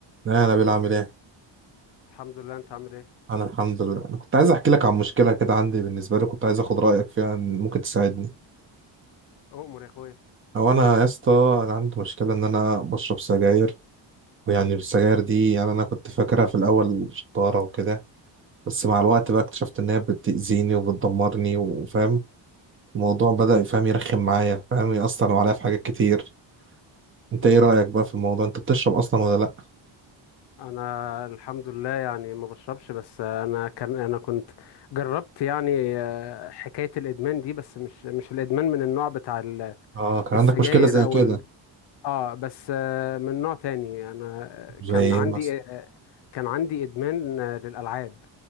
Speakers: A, on the right (about 25°); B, on the left (about 60°).
A: لا انا بيلعب ايه
B: الحمد لله انت عامل ايه
A: انا الحمد لله انا كنت عايز احكي لك عن مشكله كده عندي بالنسبه لي كنت عايز اخد رايك فيها إن ممكن تساعدني
B: اؤمر يا اخويا
A: او انا يا اسطى انا عندي مشكله ان انا بشرب سجاير ويعني السجاير دي يعني انا كنت فاكرها في الاول شطاره وكده بس مع الوقت بقى اكتشفت ان هي بتاذيني وبتدمرني وفاهم الموضوع بدا فاهم يرخم معايا فاهم ياثر عليا في حاجات كتير انت ايه رايك بقى في الموضوع انت بتشرب اصلا ولا لا
B: انا الحمد لله يعني ما بشربش بس انا كان انا كنت جربت يعني آه، حكاية الادمان دي بس مش مش الادمان من النوع بتاع ال-
A: اه كان
B: السجاير
A: عندك مشكله زي
B: او
A: كده
B: ال... اه بس آه، من نوع تاني انا آه،
A: زي
B: كان
A: ايه
B: عندي
A: مثلا
B: آه، كان عندي ادمان آه، للالعاب